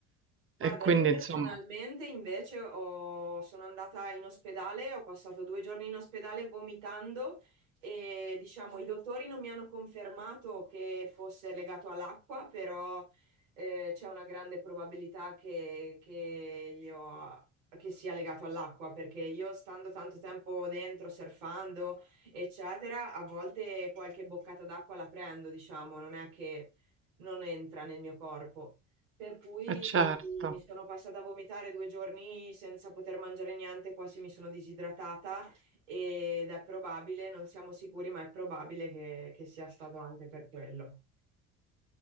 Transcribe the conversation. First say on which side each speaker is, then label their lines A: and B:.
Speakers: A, on the right; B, on the right.
A: Guarda,
B: E quindi
A: io personalmente
B: insomma
A: invece ho- sono andata in ospedale, ho passato due giorni in ospedale vomitando e diciamo i dottori non mi hanno confermato che fosse legato all'acqua, però eh, c'è una grande probabilità che, che io- che sia legato all'acqua, perché io stando tanto tempo dentro, surfando, eccetera, a volte qualche boccata d'acqua la prendo, diciamo, non è che non entra nel mio corpo. Per cui
B: eh certo.
A: mi sono passata a vomitare due giorni senza poter mangiare niente, quasi mi sono disidratata ed è probabile, non siamo sicuri, ma è probabile che, che sia stato anche per quello.